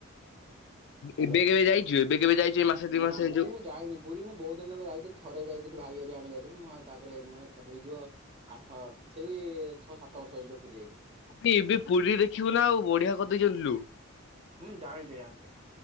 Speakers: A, on the right; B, on the left.
A: ହ୍ୟାଲୋ
B: ଏବେ କେବେ ଯାଇଛୁ ଏବେ କେବେ ଯାଇଛୁ ଏଇ ମାସେ ଦି
A: ନା
B: ମାସେ
A: ପୁରୀ
B: ଯୋଉ
A: ମୁଁ ଯାଇନି ପୁରୀ ମୁଁ ବହୁତ ଦିନ ହେଲା ଯାଇଥିଲି ଥରେ ଯାଇଥିଲି ଭାଇ ହରିଆ ଆମେ ଯାଇଥି ମୁଁ ଆଉ ତାପରେ ମ ହେଇଯିବ ଆଠ ସେଇ ଛଅ ସାତ ବର୍ଷ ହେଇଯିବ ପୁରୀ ଯାଇଛି।
B: ଏ ଏବେ ପୁରୀ ଦେଖିବୁ ନା ଆଉ ବଢିଆ କରିଦେଇ ବୁଝିଲୁ।
A: ହୁଁ ଜାଣିଛି ଜାଣିଛି।